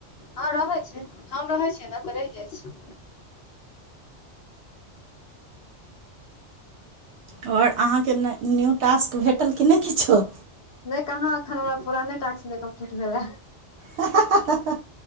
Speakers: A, on the left (about 60°); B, on the right (about 70°).
A: हँ रहै छै हम रहै छियै ने तऽ रहि जाइत छै
B: आओर अहाँके न्यू टास्क भेटल कि नहि किछो
A: नहि कहाँ एखन हमरा पुराने टास्क नहि कम्प्लीट भेलै हाय
B: हा हा हह